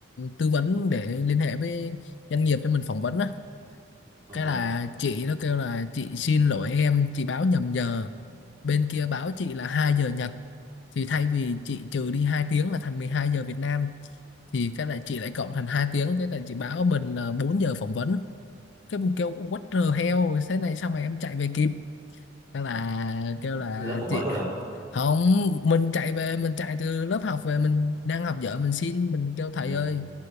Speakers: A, on the left; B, on the right.
A: tư vấn để liên hệ với doanh nghiệp cho mình phỏng vấn á
B: ờ
A: cái là chị nó kêu là chị xin lỗi em chị báo nhầm giờ bên kia báo chị là 2 giờ Nhật thì thay vì chị trừ đi 2 tiếng là thành 12 giờ Việt Nam thì cái là chị lại cộng thành hai tiếng cái là chị báo mình là 4 giờ phỏng vấn cái mình kêu what the hell thế này sao mà em chạy về kịp cái là kêu là
B: lớp phỏng
A: chị
B: vấn luôn à
A: không mình chạy về mình chạy từ lớp học về mình đang học dở mình xin mình kêu thầy
B: ừ
A: ơi